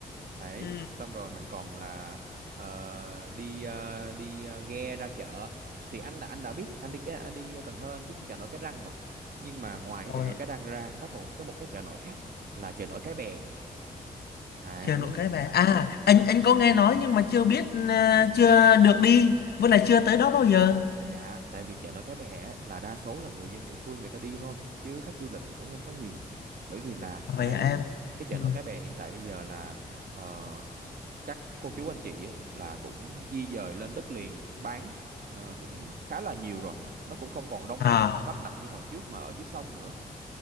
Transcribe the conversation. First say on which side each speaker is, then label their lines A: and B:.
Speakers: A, on the right; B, on the left.
A: đấy
B: ừ
A: xong rồi mình còn là ờ, đi ờ, đi ờ, ghe ra chợ thì anh là anh đã biết anh đi cái anh đi Cần Thơ anh biết cái chợ nổi Cái Răng rồi nhưng mà ngoài cái
B: rồi
A: chợ nổi Cái Răng ra nó còn có một cái chợ nổi khác là chợ nổi Cái Bè đấy
B: chờ nội cái về à anh anh có nghe nói nhưng mà chưa biết ờ, chưa được đi với lại chưa tới đó bao giờ
A: Dạ, tại vì chợ nổi Cái Bè á, là đa số là người dân địa phương người ta đi thôi, chứ khách du lịch thì cũng không có nhiều. Bởi vì là
B: vậy
A: cái
B: hả em
A: cái chợ
B: ừ.
A: nổi Cái Bè hiện tại bây giờ là ờ, các cô chú anh chị ấy, là cũng di dời lên đất liền bán ờ, cũng khá là nhiều rồi. Nó cũng không còn đông
B: à
A: đúc mà tấp nập như hồi trước mà ở dưới sông nữa.